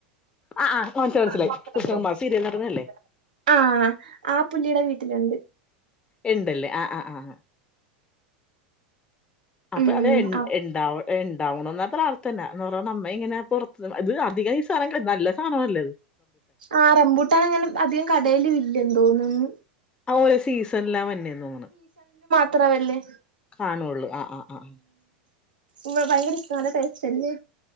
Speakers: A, on the left; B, on the right.
A: ആ ആ മനസ്സിലായി മനസ്സിലായി
B: ആഹ് <unintelligible>
A: കൃഷ്ണകുമാർ സീരിയൽ നടനല്ലേ
B: ആഹ് ആ പുള്ളീടെ വീട്ടിലൊണ്ട്
A: ഇണ്ടല്ലേ ആഹ് ആഹ് ആഹ് ആഹ് അപ്പൊ
B: ഉം
A: അതെ എ
B: ആ
A: ഇണ്ടാവ ഇണ്ടാവണോന്ന പ്രാർത്ഥന എന്ന് പറഞ്ഞ നമ്മ ഇങ്ങനെ പുറത്ത് ഇത് അധികം ഈ സാധനം ക നല്ല സാധനം അല്ലത്
B: ആഹ് റംമ്പൂട്ടാണ് അങ്ങനെ അധികം കടൽ വില്ലണ്ട് തോന്നുന്ന്
A: ആഹ് ഓരോ സീസണിലാ വന്നെയ തോന്നണ്
B: അത്ര വല്ലേ
A: കാണുള്ളൂ ആഹ് ആഹ് ആഹ്
B: ഉവ ഭയങ്കര മരട്ടൈസ്ല്ല